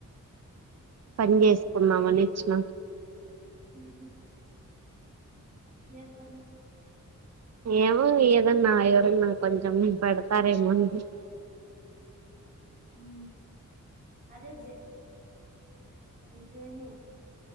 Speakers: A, on the right (about 55°); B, on the right (about 25°).
A: పని
B: అవును
A: జేసుకున్నామని ఇచ్చిన
B: మ్ హు ఏం పని
A: ఏమో ఏదన్నా ఎవరన్నా కొంచెం పెడతారేమోనని
B: ఉ అదే జే అజయ్ అన్న